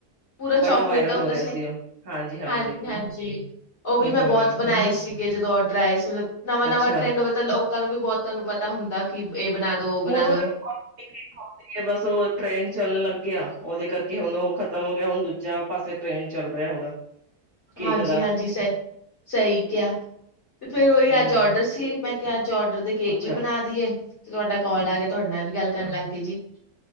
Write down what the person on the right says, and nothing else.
ਬੜਾ ਵਾਇਰਲ
ਹੋ ਰਿਹਾ ਸੀ, ਉਹ ਹਾਂਜੀ-ਹਾਂਜੀ।
ਹੂੰ-ਹੂੰ,
ਅੱਛਾ।
ਓਦੋ
<inaudible> ਓ ਟ੍ਰੇਨ ਚਲ ਲਗੇ ਆ ਓਦੇ ਕਰਕੇ ਹੁਨ ਓ ਖਤਮ ਹੋ ਗਿਆ, ਹੁਨ ਦੂਜਾ ਪਾਸੇ ਟ੍ਰੇਨ ਚੱਲ ਰਿਆ ਹੁਣ। ਕੇਕ
ਦਾ,
ਹੂੰ,
ਅੱਛਾ।